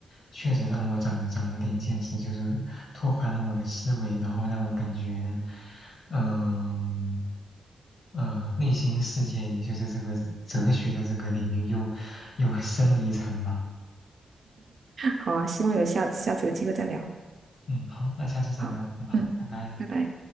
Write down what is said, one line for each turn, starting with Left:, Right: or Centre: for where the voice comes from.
Left: 确实让我长长了点见识，就是拓宽了我的思维，然后让我感觉，嗯呃，内心世界，也就是这个哲学的这个领域又又深了一层吧。
Right: 好啊，希望有下次下次有机会再聊。
Left: 嗯，好，那下次再聊。
Right: 好，
Left: 嗯，好，
Right: 嗯，
Left: 拜拜。
Right: 拜拜。